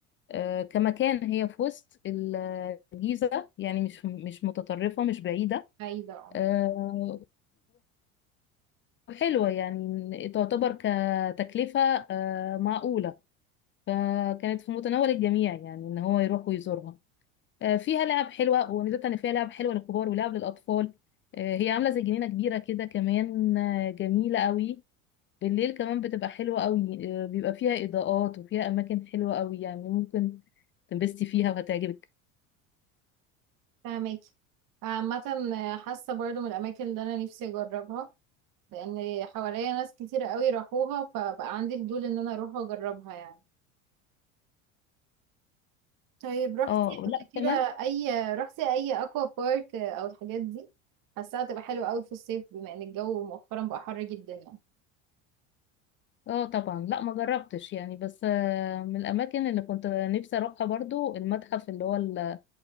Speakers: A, on the left (about 30°); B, on the right (about 50°).
A: آه، كمكان هي في وسط الجيزة يعني مش مش متطرفة مش بعيدة
B: بعيدة اه
A: آه، وحلوة يعني تعتبر كتكلفة آه، معقولة فكانت في متناول الجميع يعني ان هو يروح ويزورها آه، فيها لعب حلوة وميزتها ان فيها لعب حلوة للكبار ولعب للأطفال آه، هي عاملة زي جنينة كبيرة كده كمان آه، جميلة قوي بالليل كمان بتبقى حلوة قوي آه، بيبقى فيها إضاءات وفيها أماكن حلوة قوي يعني ممكن تنبسطي فيها وهتعجبك
B: فهماكي عامة آه، حاسة برضو من الاماكن اللي انا نفسي اجربها لان حواليا ناس كتير قوي راحوها فبقى عندي فضول ان انا اروح اجربها يعني طيب رحتي
A: اه
B: قبل
A: لا
B: كده
A: كمان
B: اي رحتي اي اكوا بارك او الحاجات دي حاساها تبقى حلوه قوي في الصيف بما ان الجو مؤخرا بقى حر جدا يعني
A: اه طبعا لا ما جربتش يعني بس آه، من الأماكن اللي كنت نفسي أروحها برضو المتحف اللي هو ال-